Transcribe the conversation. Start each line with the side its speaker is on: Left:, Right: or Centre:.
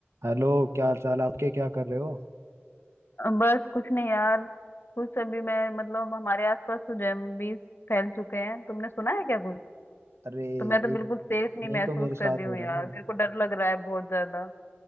Right: Hello क्या हाल चाल आपके क्या कर रहे हो
Left: बस कुछ नहीं यार कुछ अभी मैं मतलब हमारे आसपास तो जॉम्बीज फैल चुके हैं तुमने सुना है क्या कुछ
Right: अरे यही
Left: तो मैं तो बिल्कुल सेफ नहीं
Right: यही
Left: महसूस
Right: तो मेरे साथ
Left: कर रही हूँ
Right: हो
Left: यार
Right: रहा है
Left: मेरे को डर लग रहा है बहुत ज्यादा